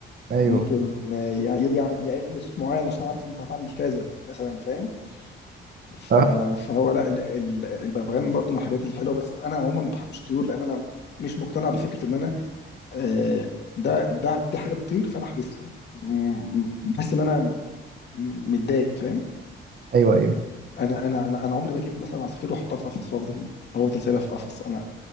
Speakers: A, on the right; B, on the left.
A: ايوه
B: ممكن آه، يع- يع- يقل صوت معين عشان عارف ان انت هتعمل كذا مثلا فاهم ف-
A: آه،
B: فهو لا ال- ال- الببغان برضو من الحاجات الحلوة بس انا عموما ما بحبش الطيور لان انا مش مقتنع بفكرة ان انا آه، ده ده دي حاجة بتطير فانا احبسها م- م- بحس ان انا متضايق فاهم
A: ايوه ايوه
B: انا انا انا انا عمري ما اجيب مثلا عصافير واحطها في قفص وافضل وافضل سايبها في القفص انا